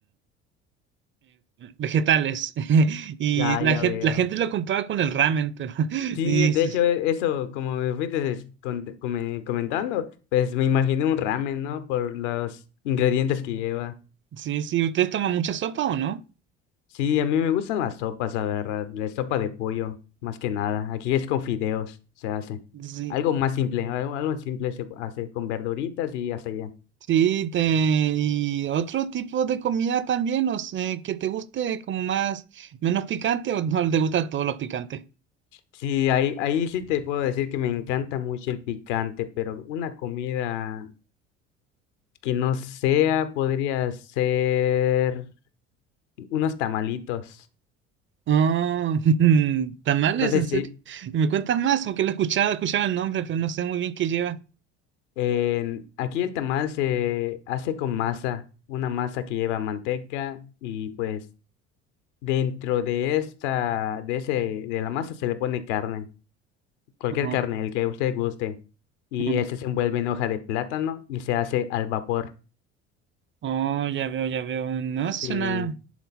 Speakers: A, on the right; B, on the left.
A: vegetales. <laughs> Y
B: Ya,
A: la,
B: ya
A: gen-
B: veo.
A: la gente lo compara con el ramen, pero <laughs>
B: Sí,
A: y,
B: de
A: sí,
B: hecho, e- eso, como me fuiste des- con- come- comentando, pues me imaginé un ramen, ¿no? Por los ingredientes que lleva.
A: sí, sí, ¿ustedes toman mucha sopa o no?
B: Sí, a mí me gustan las sopas, la verdad, la sopa de pollo, más que nada. Aquí es con fideos, se hace.
A: Sí.
B: Algo más simple, algo, algo simple se hace con verduritas y hasta allá.
A: Sí, te, y otro tipo de comida también, no sé, que te guste como más, menos picante o no te gusta todos los picantes.
B: Sí, ahí, ahí sí te puedo decir que me encanta mucho el picante, pero una comida que no sea podría ser unos tamalitos.
A: Ah, <laughs> tamales,
B: No sé
A: en serio.
B: si,
A: ¿Me cuentas más? Porque lo he escuchado, he escuchado el nombre, pero no sé muy bien qué lleva.
B: En- aquí el tamal se hace con masa, una masa que lleva manteca y pues dentro de esta, de ese, de la masa se le pone carne, cualquier
A: Oh,
B: carne, el que usted guste, y
A: mm.
B: este se envuelve en hoja de plátano y se hace al vapor.
A: oh, ya veo, ya veo. No, eso suena,
B: Y